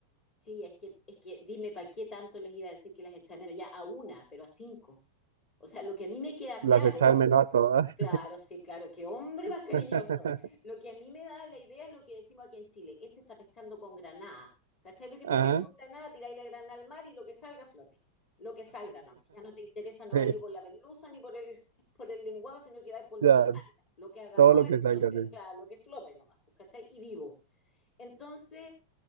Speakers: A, on the left (about 35°); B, on the right (about 65°).
A: sí, es que, es que dime para qué tanto les iba a decir que las echa de menos, ya a una, pero a cinco. O sea, lo que a mí me queda
B: Las
A: claro
B: echa de menos a todas.
A: Claro, sí, claro, qué hombre más
B: <laughs>
A: <laughs> cariñoso. Lo que a mí me da la idea es lo que decimos aquí en Chile. Este está pescando con granada. ¿Cachai? Porque
B: Ajá,
A: pescar con granada, tiráis la granada al mar y lo que salga flote. Lo que salga, nomás. Ya no te interesa,
B: sí,
A: no vais ni por la merluza ni por el, <laughs> por el lenguado, sino que vais por lo
B: ya,
A: que salga. Lo que agarró
B: todo lo
A: la
B: que
A: explosión,
B: salga, sí.
A: claro, lo que flote nomás, pues, ¿cachai? Y vivo. Entonces,